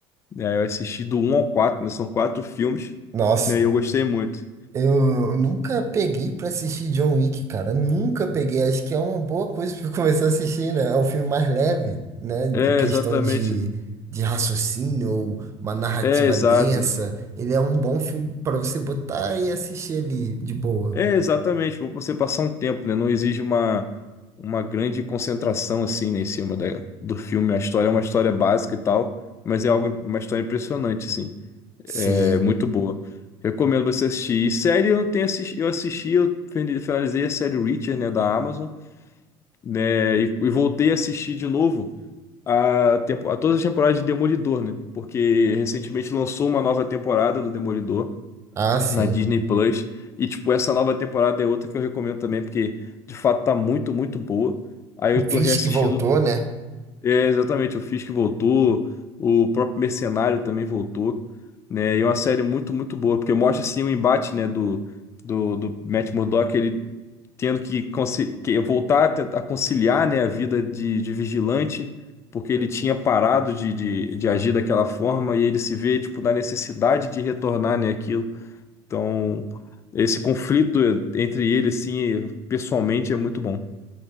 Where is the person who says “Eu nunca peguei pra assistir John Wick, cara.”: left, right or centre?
Right